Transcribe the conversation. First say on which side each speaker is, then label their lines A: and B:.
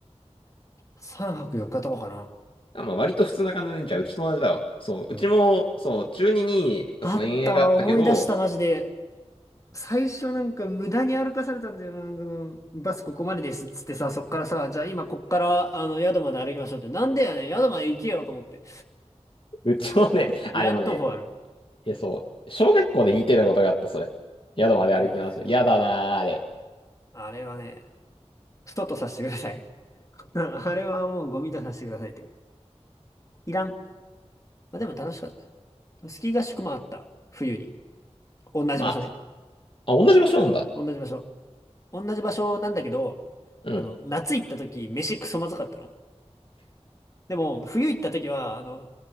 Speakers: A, on the left; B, on the left.
A: 三泊四日とかかな。
B: あ、まあ割と普通な感じで、じゃあうちと同じだわ。そう、うちも、
A: うん
B: そう、中2に、
A: あったわ、
B: そう、遠泳があったけど、
A: 思い出した、マジで。最初なんか無駄に歩かされたんだよな。なんかそのバスここまでですっつってさ、そっからさ、じゃあ今こっからあの宿まで歩きましょうって。なんでやねん、宿まで行けよと思って。
B: うちもね、
A: いらん徒歩ある。
B: あ、でもね、え、そう、小学校で似てたことがあった、それ。宿まで歩きます。
A: あるよね。そう
B: やだなー、あれ。
A: あれはね、ストとさせてください。<laughs> あれはもうゴミとさせてくださいって。いらん。まあ、でも楽しかった。スキー合宿もあった。冬に。同じ場所ね。
B: まあ、あ、同じ場所なんだ。
A: 同じ場所。同じ場所なんだけど、
B: うん。
A: あの、夏行った時、飯クソまずかったの。でも、冬行った時は、あの、